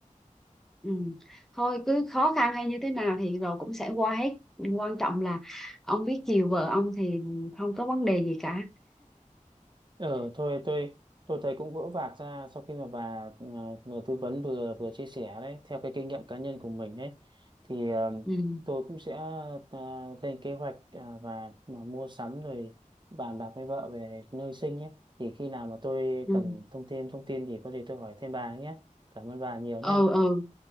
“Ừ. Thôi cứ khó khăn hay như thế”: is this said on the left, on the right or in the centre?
Centre